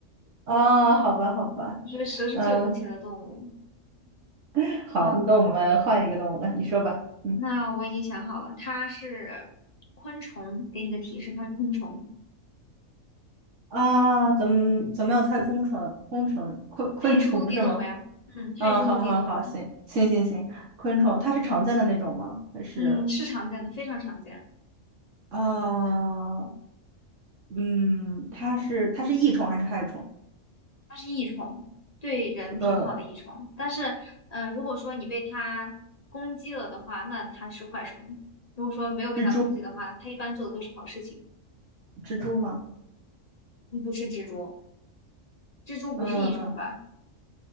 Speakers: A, on the right; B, on the left.
A: 啊，好吧，好吧，
B: 我觉得蛇是最冷血的动物。
A: 嗯，<laughs> 好，
B: 好，
A: 那我们换一个动物来，你说吧。嗯
B: 那我已经想好了，它是昆虫。给你个提示，它是昆虫，
A: 啊，咱们咱们要猜昆虫，昆虫，昆昆虫是吗？
B: 它也是陆地动物呀。嗯，它也是陆地动物。
A: 嗯，好好好，行行行行，昆虫它是常见的那种吗？还是
B: 嗯，是常见的，非常常见。
A: 啊，嗯，它是它是益虫还是害虫？
B: 它是益虫，对人挺好的益虫。
A: 呃，
B: 但是，嗯、如果说你被它攻击了的话，那它是坏虫；如果说没有被它攻击的话，
A: 蜘蛛，
B: 它一般做的都是好事情。
A: 蜘蛛吗？
B: 你不是蜘蛛，蜘蛛不是益虫吧？
A: 嗯，